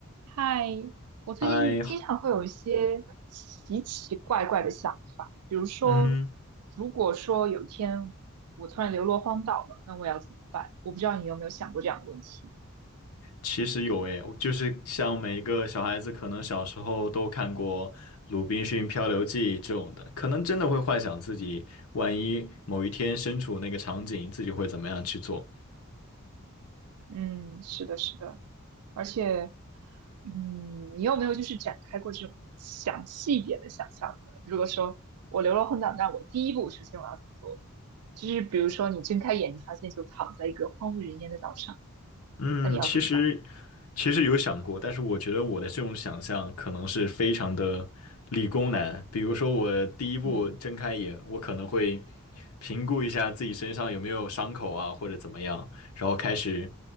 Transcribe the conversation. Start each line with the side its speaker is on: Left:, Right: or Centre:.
Right: 嗨，我最近经常会有一些奇奇怪怪的想法，
Left: 还
Right: 比如说，
Left: 嗯，
Right: 如果说有一天我突然流落荒岛了，那我要怎么办？我不知道你有没有想过这样的问题。
Left: 其实有诶，就是像每一个小孩子，可能小时候都看过《鲁滨逊漂流记》这种的，可能真的会幻想自己万一某一天身处那个场景，自己会怎么样去做。
Right: 嗯，是的，是的，而且，嗯，你有没有就是展开过这种详细一点的想象呢？如果说我流落荒岛，那我第一步首先我要怎么做？就是比如说你睁开眼，你发现就躺在一个荒无人烟的岛上，
Left: 嗯，
Right: 那你要怎么办？
Left: 其实其实有想过，但是我觉得我的这种想象可能是非常的理工男。比如说，我第一步睁开眼，
Right: 嗯
Left: 我可能会评估一下自己身上有没有伤口啊，或者怎么样，然后开始，